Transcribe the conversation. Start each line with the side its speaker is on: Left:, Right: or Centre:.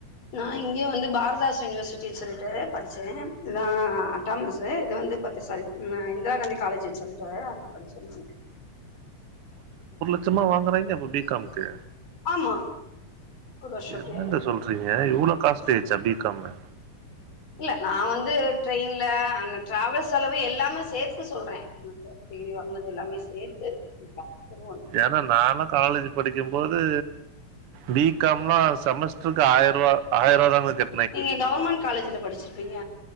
Left: நா இங்க வந்து பாரதாஸ் யுனிவர்சிட்டின் சொல்ட்டு படிச்சே. நா அட்டாமசு இது வந்து பத்து சாரி நா இந்திரா காந்தி காலேஜ்ன் சொல்ட்டு அங்க படிச்சே நானு.
Right: ச்சமா வாங்குறாய்ங்க இப்போ பி காம் க்கு.
Left: ஆமா ஒரு வருஷோ அப்டி
Right: என்னங்க
Left: ஆயிடுதா
Right: சொல்றீங்க இவ்ளோ காஸ்ட்லி ஆய்ர்ச்சா பி காமு.
Left: இல்ல நா வந்து ட்ரெயின்ல அங்க ட்ராவல் செலவு எல்லாமே சேத்து சொல்றே உனக்கு. டிகிரி வாங்குனது எல்லாமே சேத்து <inaudible>
Right: ஆனா நால்லா காலேஜ் படிக்கிம்போது பி காம் லா செமஸ்ட்ருக்கு ஆயர்வா ஆயர்வாதாங்க கெ
Left: நீங்க கவுமெண் காலேஜ்ல படிச்சிருப்பீங்க.